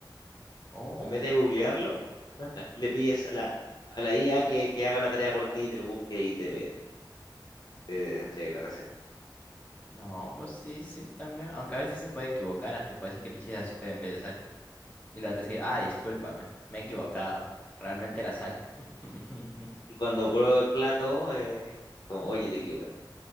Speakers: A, on the left; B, on the left.
A: Oh,
B: En vez de googlearlo, le pides a la, a la IA que, que haga la tarea por ti, te lo busque y te, ve- te entregue la receta.
A: no, pues sí, sí, también. Aunque a veces se puede equivocar, ¿ah? Te puede decir que le eches azúcar en vez de sal. Y luego te decir, ah, discúlpame, me he equivocado. Realmente era sal. <laughs>
B: Y cuando pruebo el plato, eh, como, oye, te equivocas.